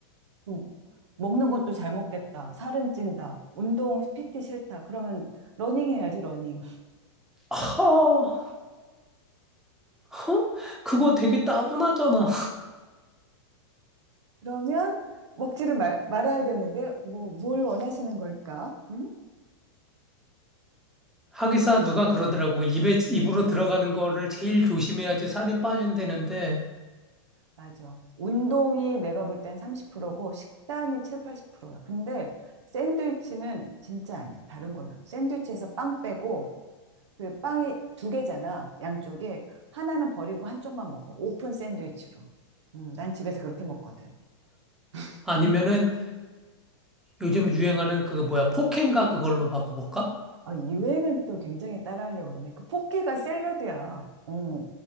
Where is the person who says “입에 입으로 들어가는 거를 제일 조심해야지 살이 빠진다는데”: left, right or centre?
Centre